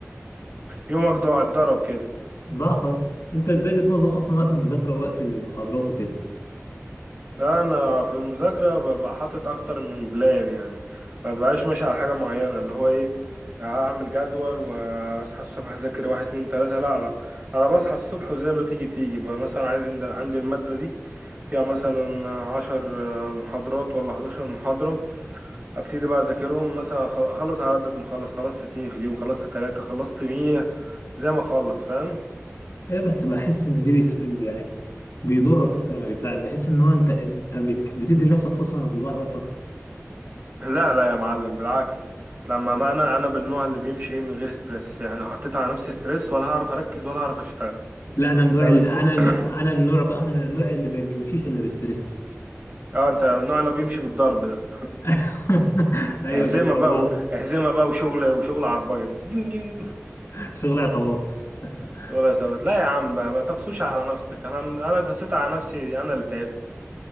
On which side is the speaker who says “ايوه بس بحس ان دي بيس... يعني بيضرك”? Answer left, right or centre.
Left